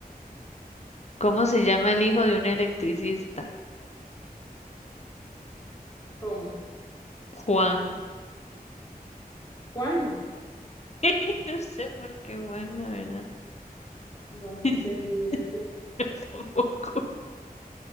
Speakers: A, on the left (about 45°); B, on the left (about 25°).
A: ¿Cómo se llama el hijo de un electricista?
B: ¿Cómo?
A: Juan.
B: ¿Juan?
A: <laughs> No sé por qué Juan, la verdad.
B: No, no
A: <laughs>
B: entendí ese.
A: Yo tampoco.